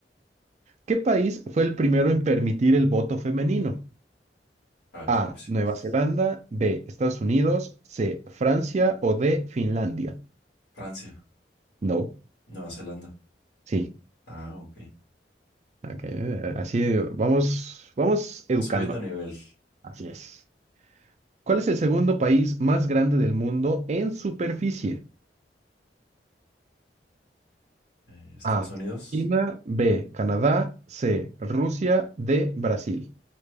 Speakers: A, on the right; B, on the left.
A: ¿Qué país fue el primero en permitir el voto femenino?
B: A ver,
A: A,
B: opciones.
A: Nueva Zelanda, B, Estados Unidos, C, Francia o D, Finlandia.
B: Francia,
A: No,
B: Nueva Zelanda.
A: sí.
B: Ah, ok.
A: Ok, eh, Así vamos, vamos educándome.
B: Subiendo a nivel.
A: Así es. ¿Cuál es el segundo país más grande del mundo en superficie?
B: Eh, Estados
A: A.
B: Unidos,
A: China. B. Canadá. C. Rusia. D. Brasil.